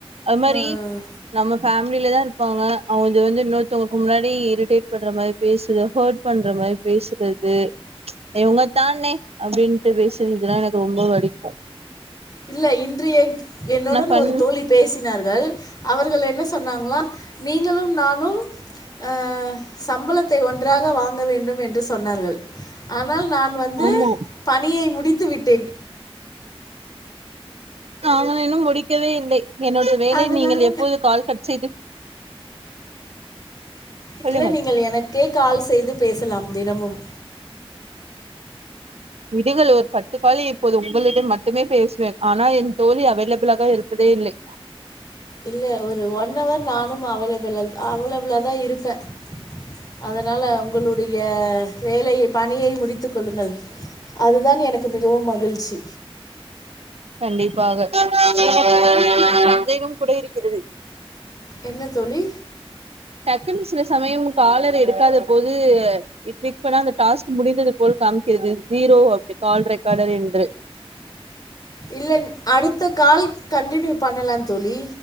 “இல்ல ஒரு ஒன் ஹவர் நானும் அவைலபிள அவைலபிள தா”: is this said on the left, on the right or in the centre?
Left